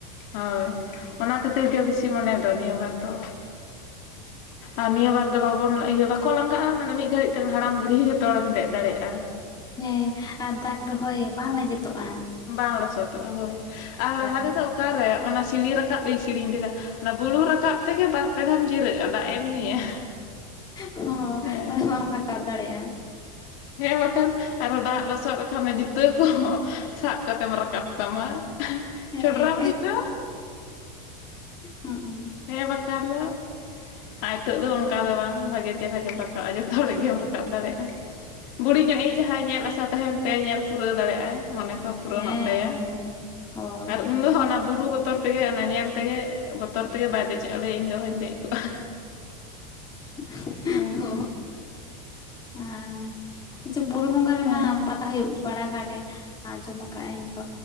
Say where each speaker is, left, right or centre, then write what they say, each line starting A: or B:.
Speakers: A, on the left; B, on the left.
A: ᱦᱳᱭ ᱚᱱᱟ ᱠᱷᱟᱹᱛᱤᱨ ᱜᱮ ᱵᱮᱥᱤ ᱢᱚᱱᱮ ᱫᱚ ᱱᱤᱭᱟᱹ ᱵᱟᱨ ᱫᱚ᱾ ᱟᱨ ᱱᱤᱭᱟᱹ ᱵᱟᱨ ᱫᱚ ᱵᱟᱵᱚᱱ ᱤᱭᱟᱹ ᱵᱟᱠᱷᱨᱟᱼᱼ ᱠᱚ ᱞᱟᱸᱜᱟᱜᱼᱟ ᱢᱟᱱᱮ ᱢᱤᱫ ᱜᱷᱟᱹᱲᱤᱡ ᱛᱮᱢ ᱦᱟᱲᱟᱢ ᱵᱩᱲᱦᱤ ᱡᱚᱛᱚᱮᱢ ᱫᱮᱡ ᱫᱟᱲᱮᱭᱟᱜᱼᱟ᱾
B: ᱦᱮᱸ ᱟᱨ ᱫᱟᱜ ᱨᱮᱦᱚᱭ ᱵᱟᱝ ᱞᱮᱱᱡᱮᱛᱚᱜᱼᱟ᱾
A: ᱵᱟᱝ ᱞᱚᱥᱚᱫᱚᱜᱼᱟ ᱦᱳᱭ ᱟᱨ ᱞᱟᱦᱟ
B: ᱦᱚᱸ
A: ᱛᱮᱫᱚ ᱚᱠᱟᱨᱮ ᱚᱱᱟ ᱥᱤᱲᱤ ᱨᱟᱠᱟᱵ ᱨᱧ ᱥᱮᱲᱤᱧ ᱞᱮᱫᱟ᱾ ᱚᱱᱟ ᱵᱩᱨᱩ ᱨᱟᱠᱟᱵ ᱛᱮᱜᱮ ᱵᱟᱨᱯᱮ ᱫᱷᱟᱢ ᱡᱤᱨᱟᱹᱜᱼᱟ ᱫᱟᱜ ᱮᱢ ᱧᱩᱭᱟ᱾
B: ᱦᱚᱸ
A: ᱦᱮᱸ
B: ᱚᱱᱟ ᱵᱟᱢ ᱨᱟᱠᱟᱵ ᱫᱟᱲᱮᱭᱟᱜᱼᱟ᱾
A: ᱦᱮᱸ ᱵᱟᱠᱷᱟᱱ ᱟᱨᱚ ᱫᱟᱜ ᱞᱚᱥᱚᱫ ᱞᱮᱠᱷᱟᱱ ᱡᱩᱛᱟᱹ ᱠᱚᱦᱚᱸᱼᱼ ᱥᱟᱵ ᱠᱟᱛᱮᱢ ᱨᱟᱠᱟᱵ ᱛᱟᱢᱟ
B: ᱦᱮᱸ
A: ᱪᱷᱚᱰᱨᱟ ᱢᱟᱹᱨᱤᱡ ᱫᱚ
B: ᱦ
A: ᱦᱮᱸ ᱵᱟᱠᱷᱟᱱ ᱫᱚ ᱟᱨ ᱱᱤᱛᱚᱜ ᱫᱚ ᱚᱱᱠᱟ ᱫᱚ ᱵᱟᱝ ᱵᱷᱟᱜᱮ ᱪᱮᱦᱨᱟ ᱜᱮᱢ ᱨᱟᱠᱟᱵᱼᱟ ᱡᱚᱛᱚ ᱦᱚᱲ ᱜᱮᱢ ᱨᱟᱠᱟᱵ ᱫᱟᱲᱮᱭᱟᱜᱼᱟ᱾ ᱵᱩᱲᱤ ᱧᱚᱜ ᱮ ᱡᱟᱦᱟᱸᱭ ᱧᱮᱞ ᱟᱥᱟ ᱛᱟᱦᱮᱱ ᱛᱟᱭ ᱧᱮᱞ ᱯᱩᱨᱟᱹᱣ ᱫᱟᱲᱮᱭᱟᱜᱼᱟᱭ ᱢᱚᱱᱮ ᱼᱼ ᱯᱩᱨᱚᱱᱚᱜ
B: ᱦᱮᱸ
A: ᱛᱟᱭᱟ
B: ᱦᱳᱭ
A: ᱟᱨ ᱩᱱ ᱫᱚ ᱦᱚᱸ ᱚᱱᱟ ᱵᱩᱨᱩ ᱵᱚᱛᱚᱨ ᱛᱮᱜᱮ ᱚᱱᱟ ᱧᱮᱞ ᱛᱮᱜᱮ ᱵᱚᱛᱚᱨ ᱛᱮᱜᱮ ᱵᱟᱭ ᱫᱮᱡᱚᱜᱼᱟᱞᱮᱭᱟ ᱤᱧ ᱫᱚ ᱦᱚᱚᱧ ᱫᱮᱡ ᱠᱚᱜᱼᱟ᱾
B: <unintelligible>
A: ᱦᱮᱸ
B: ᱚᱻ ᱦ ᱟᱪᱪᱷᱟ ᱵᱩᱨᱩ ᱵᱚᱸᱜᱟ ᱨᱮᱢᱟ
A: ᱦᱮᱸ
B: ᱯᱟᱛᱟ ᱦᱩᱭᱩᱜ ᱜᱮ ᱵᱟᱲᱟ ᱜᱷᱟ ᱨᱮᱼᱼ ᱟᱠᱟᱟᱜ ᱟᱹᱧ ᱛ